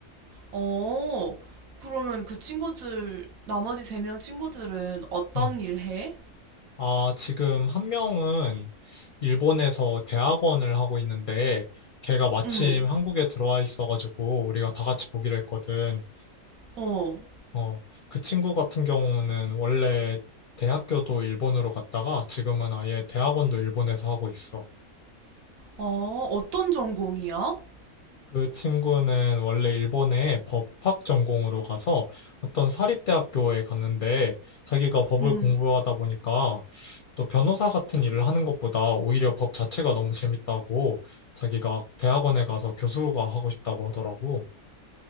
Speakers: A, on the right (about 70°); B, on the left (about 55°).
A: 어, 그러면 그 친구들, 나머지 세 명 친구들은 어떤
B: 음.
A: 일 해?
B: 아, 지금 한 명은 일본에서 대학원을 하고 있는데, 걔가 마침
A: 응,
B: 한국에 들어와 있어가지고 우리가 다 같이 보기로 했거든.
A: 어,
B: 어, 그 친구 같은 경우는 원래 대학교도 일본으로 갔다가 지금은 아예 대학원도 일본에서 하고 있어.
A: 어, 어떤 전공이야?
B: 그 친구는 원래 일본에 법학 전공으로 가서 어떤 사립대학교에 갔는데 자기가 법을
A: 응.
B: 공부하다 보니까 또 변호사 같은 일을 하는 것보다 오히려 법 자체가 너무 재밌다고 자기가 대학원에 가서 교수가 하고 싶다고 하더라고.